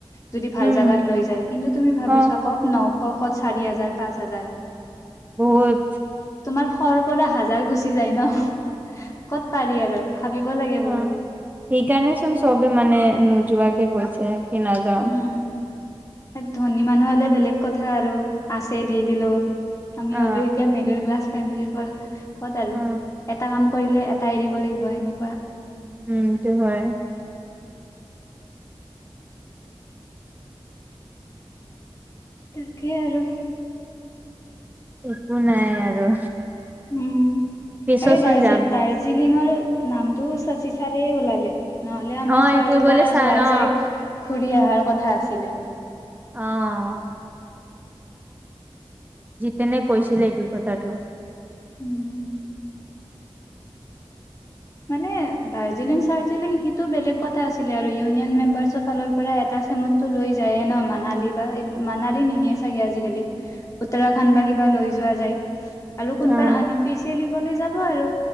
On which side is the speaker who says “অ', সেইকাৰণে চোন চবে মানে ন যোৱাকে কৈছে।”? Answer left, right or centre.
Right